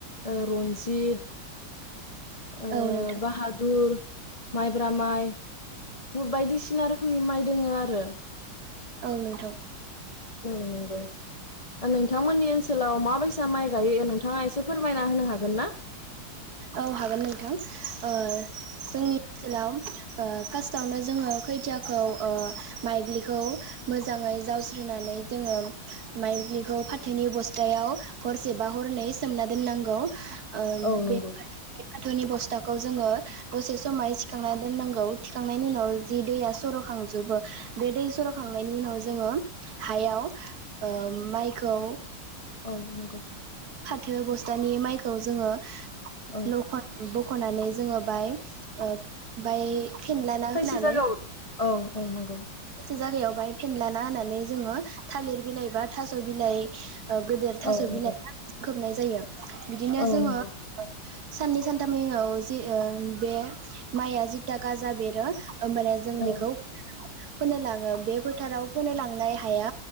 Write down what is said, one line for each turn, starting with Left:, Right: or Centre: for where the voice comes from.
Left: ओ रनजित ओ
Right: औ नोंथां
Left: बाहादुर माइब्रा माइ बायदिसिना रोखोमनि माइ दोङो आरो।
Right: औ नोंथां।
Left: औ नोंगौ नोंथांमोननि ओनसोलाव माबायसा माइ गायो, नोंथाङा एसे फोरमायना होनो हागोन ना?
Right: औ हागोन नोंथां ओ जोंनि ओनसोलाव ओ फार्स्टावनो जोङो खोथियाखौ ओ माइग्लिखौ मोजाङै जावस्रोनानै जोङो माइज्लिखौ फाथोनि बस्थायाव हरसे बा हरनै सोमना दोननांगौ। ओम
Left: औ नंगौ
Right: बे फाथोनि बस्थाखौ जोङो दसे समाय थिखांना दोननांगौ थिखांनायनि उनाव जि दैया सर'खांजोबो बे दै सर'खांनायनि उनाव जोङो हायाव ओ माइखौ
Left: औ नोंगौ।
Right: फाथो बस्थानि माइखौ जोङो
Left: औ
Right: <unintelligible> खनानै जोङो बाय ओ फाय फेनलाना
Left: थायसे
Right: होनानै
Left: जायगायाव औ अ' नंगौ।
Right: जागायाव बाहाय फेनलाना होननानै जोङो थालिर बिलाइ बा थास' बिलाइ ओ गेदेर थास'
Left: औ नंगौ
Right: बिलाइआ खोबनाय जायो बिदिनो
Left: औ
Right: जोङो
Left: नंगौ
Right: साननै सानथामनि उनाव जि ओ बे माइआ जिथा गाजा बेरो होमबाने जों
Left: औ
Right: बेखौ फोनो लाङो बे फोथाराव फोनो लांनाय हाया